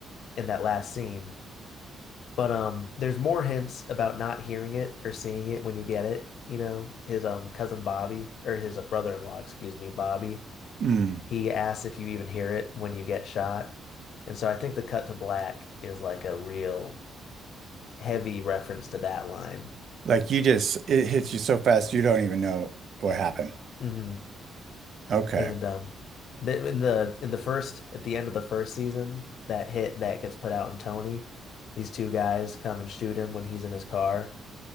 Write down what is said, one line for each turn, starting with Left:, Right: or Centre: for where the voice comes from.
Left: in that last scene. But um, there's more hints about not hearing it or seeing it when you get it. You know, his um cousin Bobby or his brother-in-law, excuse me, Bobby
Right: mm.
Left: he asks if you even hear it when you get shot. And so I think the cut to black is like a real heavy reference to that line.
Right: Like you just it hits you so fast you don't even know what happened.
Left: hmm
Right: Okay.
Left: And um the, in the in the first at the end of the first season, that hit that gets put out on Tony, these two guys come and shoot him when he's in his car.